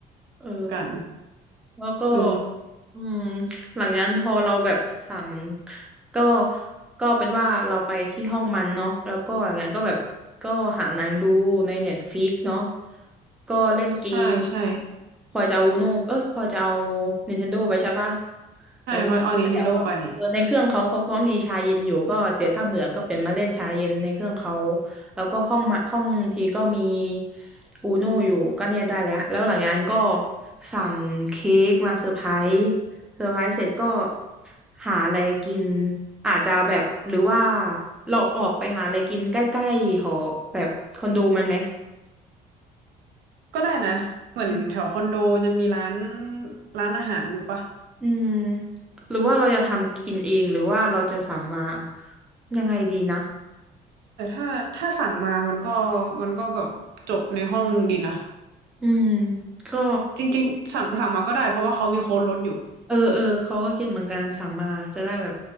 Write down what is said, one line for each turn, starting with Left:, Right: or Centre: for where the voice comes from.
Centre: เออ
Right: กัน
Centre: แล้วก็
Right: เออ
Centre: อืมหลังจากนั้นพอเราแบบสั่งก็ก็เป็นว่าเราไปที่ห้องมันเนาะแล้วก็หลังจากนั้นก็แบบก็หาหนางดูในเน็ตฟิกเนาะก็เล่นเกม
Right: ใช่ใช่
Centre: พลอยจะเอาอูโนเออพลอยจะเอา Nintendo ไปใช่ปะ
Right: ใช่เขาเอา
Centre: เออแล้วเดี๋ยวก็เออในเครื่องเขาเขาก็มีชาเย็นอยู่ก็เดี๋ยวถ้าเบื่อก็เป็นมาเล่นชาเย็นในเครื่องเขา
Right: Nintendo ไป
Centre: แล้วก็ห้องมาห้องพีก็มีอูนูอยู่ก็เนี่ยได้แล้วแล้วหลังจากนั้นก็สั่งเค้กมาเซอร์ไพรส์เซอร์ไพรส์เสร็จก็หาอะไรกินอาจจะแบบหรือว่าเราออกไปหาอะไรกินใกล้ๆหอแบบคอนโดมันไหม
Right: ก็ได้นะเหมือนแถวคอนโดจะมีร้าน
Centre: อืม
Right: ร้านอาหารอยู่ปะ
Centre: อืมหรือว่าเราจะทำกินเองหรือว่าเราจะสั่งมายังไงดีนะ
Right: แต่ถ้าถ้าสั่งมามันก็มันก็แบบจบในห้องดีนะ
Centre: อืมก็
Right: จริงๆสั่งสั่งมาก็ได้เพราะว่าเขามีโค้ดลดอยู่
Centre: เออเออเขาก็คิดเหมือนกันสั่งมาจะได้แบบ